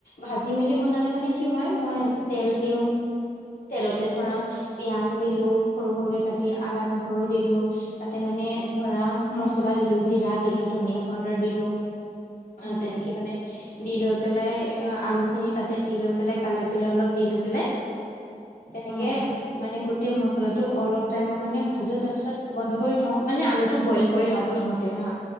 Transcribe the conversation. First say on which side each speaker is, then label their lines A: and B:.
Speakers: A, on the left; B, on the left.
A: ভাজি মেলি বনালে মানে কি হয় মই তেল দিওঁ। তেলতে ধৰা পিয়াঁজ দিলোঁ। সৰু সৰুকে কাটি
B: উম
A: আদা নহৰু দিলো তাতে মানে
B: উম
A: ধৰা মচলা দিলো জিৰা দিলো ধনীয়া পাউদাৰ দিলো। অ
B: উম
A: তেনেকে মানে দি লৈ পেলাই আলু খিনি তাতে দি লৈ পেলাই কালাজিৰা অলপ দি লৈ পেলাই তেনেকে
B: উম
A: মানে গোটেই মছলাটো অলপ টাইমৰ কাৰণে ভাজো তাৰ পিছত বন্ধ কৰি থওঁ মানে আলুত টো বইল
B: উম
A: কৰি লওঁ প্ৰথমতে হা